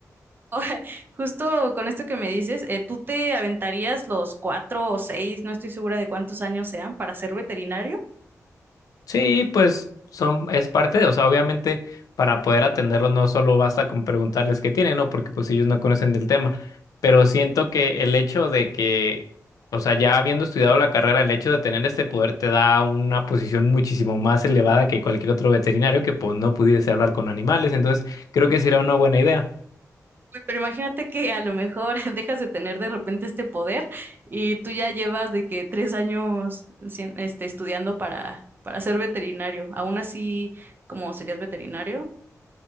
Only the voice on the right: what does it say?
o- <laughs> Justo con esto que me dices, eh, ¿tú te aventarías los cuatro o seis, no estoy segura de cuántos años sean, para ser veterinario?
Uy, Pero imagínate que a lo mejor <laughs> dejas de tener de repente este poder y tú ya llevas de que tres años sien- este, estudiando para, para ser veterinario. Aún así, ¿cómo serías veterinario?